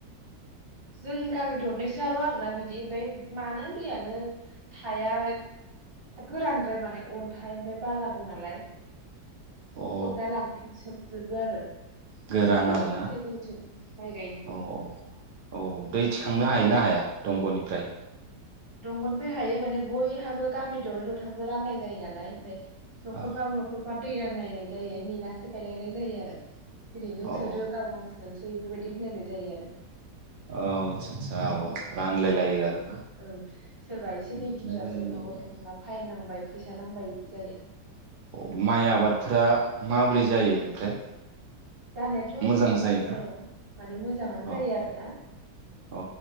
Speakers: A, on the right; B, on the right.
A: जों गामि दरनैसोआल' आरोना बिदि ओमफ्राय मानो दैयानो थाया गोरानद्राय माने अन्थाइ ओमफ्राय बाला दं नालाय।
B: औ अ
A: सोबना लांफिन सोबजोबो आरो
B: गोरान
A: बुहुद खस्थ'
B: आरोना
A: जायो जोंथिं माइ गायनो।
B: औ औ औ दै थिखांनो हायो ना हाया दंग'नि? फ्राय।
A: दंग'निफाय हायो माने बयहाबो गामि दरनै दथामजों राननाय जायो नालाय ओमफ्राय न'खरफा
B: औ
A: न'खर बा दै रानलानायनाय जायो नेना गायलायनाय जायो आरो। दिनै नों
B: औ
A: सोदो गाबोन आं सोनोस बैफोरबायदि होनलायनाय जायो आरो।
B: औ आतसा आतसा औ रानलायलायो आरो
A: ओं सोरबा एसे दै
B: ओमफ्राय
A: बुरजा सोफ्लांबाथाय नोंहा फाइन नांबाय फैसा नांबाय बिदि जायो।
B: औ माइ आबादफ्रा माबोरै जायो ओमफ्राय
A: जानायाथ'
B: मोजां
A: एसेबां गाज्रि
B: जायोना
A: जाया माने मोजाङानो जायो
B: औ
A: आरोना
B: औ